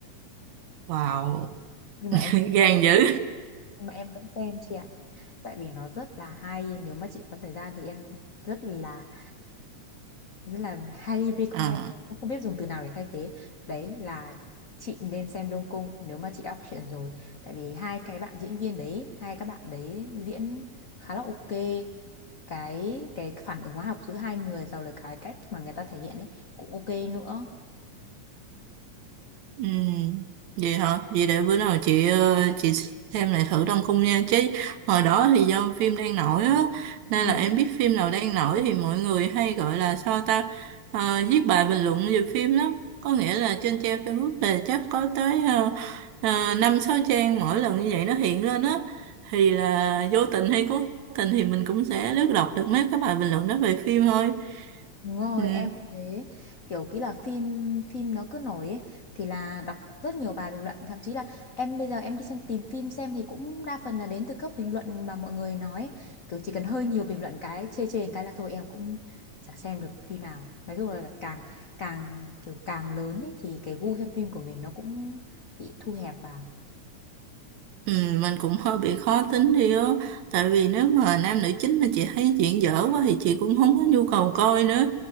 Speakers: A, on the right (about 70°); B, on the left (about 80°).
A: wow
B: nhưng
A: <laughs>
B: mà em vẫn
A: gan
B: xem
A: dữ
B: nhưng mà em vẫn xem chị ạ tại vì nó rất là hay nếu mà chị có thời gian thì em rất là rất là highly recommend
A: Ờ.
B: cũng không biết dùng từ nào để thay thế đấy là chị nên xem Đông Cung nếu mà chị đọc truyện rồi tại vì hai cái bạn diễn viên đấy hai các bạn đấy diễn khá là ok cái cái phản ứng hóa học giữa hai người rồi là cái cách mà người ta thể hiện ấy cũng ok nữa
A: Ừ, vậy hả? Vậy để bữa nào chị ờ, chị xem lại thử Đông Cung nha. Chứ hồi đó thì do phim đang nổi á, nên
B: Ừ.
A: là em biết phim nào đang nổi thì mọi người hay gọi là sao ta Ờ, viết bài bình luận về phim lắm. Có nghĩa là trên trang Facebook là chắc có tới uh, 5-6 trang mỗi lần như vậy nó hiện lên á. Thì là vô tình hay cố tình thì mình cũng sẽ lướt đọc được mấy cái bài bình luận đó về phim thôi.
B: Đúng rồi,
A: Ừ.
B: em cũng thế. Kiểu kỹ là phim phim nó cứ nổi ấy, thì là đọc rất nhiều bài bình luận, thậm chí là em bây giờ em đi xem tìm phim xem thì cũng đa phần là đến từ các bình luận mà mọi người nói, kiểu chỉ cần hơi nhiều bình luận cái chê chê cái là thôi em cũng chả xem được phim nào. Nói chung là, là càng càng kiểu càng lớn ấy thì cái gu xem phim của mình nó cũng bị thu hẹp vào.
A: Ừ, mình cũng hơi bị khó tính đi á tại vì nếu mà nam nữ chính mà chị thấy chuyện dở quá thì chị cũng không có nhu cầu coi nữa